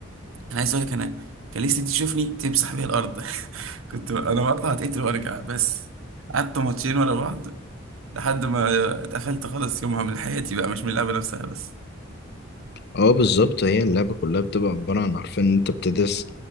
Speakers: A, on the right; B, on the left.
A: انا عايز اقول لك انا كاليستا دي تشوفني تمسح بيها الارض <laughs> كنت انا بطلع اتقتل وارجع بس قعدت ماتشين ورا بعض لحد ما اتقفلت خالص يومها من حياتي بقى مش من اللعبه نفسها بس
B: اه بالظبط هي اللعبة كلها بتبقى عبارة عن عارفين ان انت بتدرس